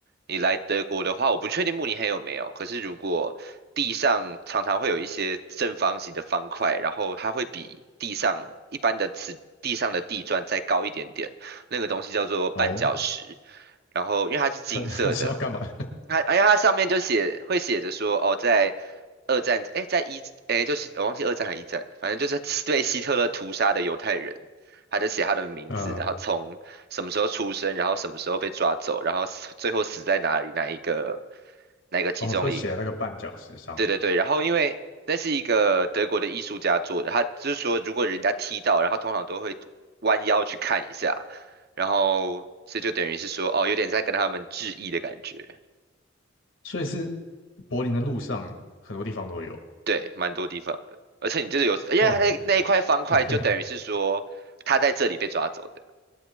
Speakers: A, on the right; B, on the left.
A: 你来德国的话，我不确定慕尼黑有没有，可是如果地上常常会有一些正方形的方块，然后它会比地上一般的瓷地上的地砖再高一点点。那个东西叫做绊脚石，
B: 哦，
A: 然后因为它是金色的，
B: 他 <laughs> 他是要干嘛？<laughs>
A: 他哎呀，他上面就写会写着说，哦，在二战，哎，在一，哎，就是我忘记二战还一战了反正就是对希特勒屠杀的犹太人，他就写他的名字，
B: 嗯，
A: 然后从什么时候出生，然后什么时候被抓走，然后死最后死在哪里，哪一个哪一个集中营。
B: 哦，会写在那个绊脚石上，
A: 对对对，然后因为那是一个德国的艺术家做的，他就是说如果人家踢到，然后通常都会弯腰去看一下，然后所以就等于是说哦，有点在跟他们致意的感觉。
B: 所以是柏林的路上很多地方都有。
A: 对，蛮多地方的，而且你就是有，因为它那那一块方块就等于是说他在这里被抓走的。
B: 哇，这 <laughs> OK